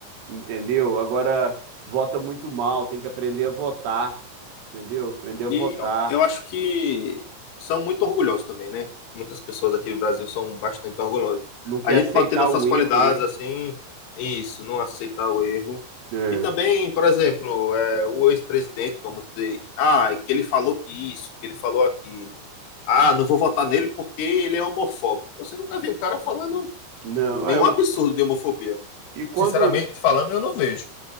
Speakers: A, on the right; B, on the left.
A: entendeu? Agora vota muito mal, tem que aprender a votar, entendeu? Aprender a
B: E
A: votar,
B: eu eu acho que são muito orgulhosos também, né? Muitas pessoas aqui do Brasil são bastante orgulhosas.
A: não quer
B: A gente
A: aceitar
B: pode ter nossas
A: o erro,
B: qualidades,
A: né?
B: assim, isso, não aceitar o erro.
A: É.
B: E também, por exemplo, é, o ex-presidente, vamos dizer, ah, é que ele falou que isso, que ele falou aquilo. Ah, não vou votar nele porque ele é homofóbico. Você nunca viu o cara falando,
A: Não,
B: tipo, nenhum
A: é, eu,
B: absurdo de homofobia.
A: e quando
B: Sinceramente falando, eu não vejo.